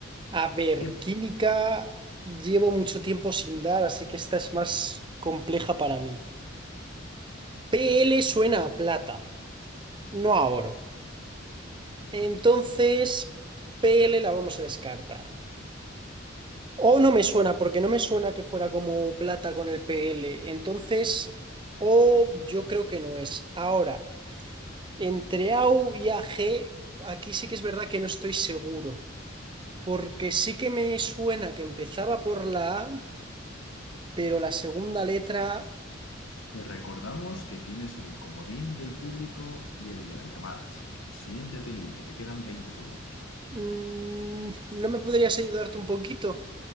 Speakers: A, on the right; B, on the left.
A: A ver,
B: Tiempo.
A: química llevo mucho tiempo sin dar, así que esta es más compleja para mí. PL suena a plata, no a oro. Entonces, PL la vamos a descartar. O no me suena, porque no me suena que fuera como plata con el PL. Entonces, O yo creo que no es. Ahora, entre a u y a g aquí sí que es verdad que no estoy seguro, porque sí que me suena que empezaba por la A, pero la segunda letra
B: Te recordamos que tienes el comodín del público y el de la llamada, así que siéntete libre, te quedan 20 segundos.
A: Mm, ¿no me podrías ayudarte un poquito?